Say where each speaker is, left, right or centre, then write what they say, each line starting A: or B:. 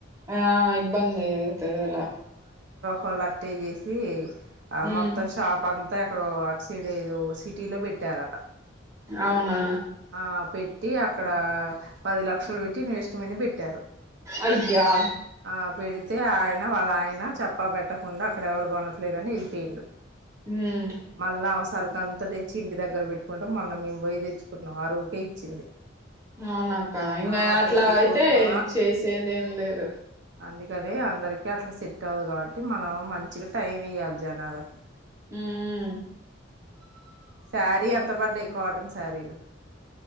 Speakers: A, on the right (about 15°); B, on the right (about 60°).
A: ఆ ఇబ్బందైతదల
B: వాల్ అక్ స్టే చేసి ఆ
A: ఉమ్
B: మొత్తం షాప్ అంతా ఎక్కడో అట్ సె లేదో సిటీలో పెట్టారట
A: అవునా
B: ఆ పెట్టి అక్కడ పది లక్షలు పెట్టి నేస్టుమని బెట్టారు
A: అయ్యా
B: ఆ పెడితే ఆయన వాళ్ళ ఆయన చెప్పా బెట్ట కుండా అక్కడ ఎవరు కొనట్లేదు అని వెళిపోయిండు
A: ఉమ్
B: మళ్ళా అవసర్ అంత తెచ్చి ఇంటి దగ్గర పెట్టుకుంటం మొన్నం మేము పోయి తెచ్చుకున్నాం ఆరు ఉరికే ఇచ్చింది
A: అవు నా ఇంగా
B: ఆ
A: అట్లా
B: పెట్టి
A: వయితే
B: కోట్లు
A: చేసేదేం లేదు
B: అందుకదే అందరికీ అట్లా సెట్ అవుదు కాబట్టి మనం మంచిగా టైం ఇయ్యాలి జనాలకి
A: ఉమ్
B: సారి ఎంత పడ్డాయ్ కాటన్ సారి లు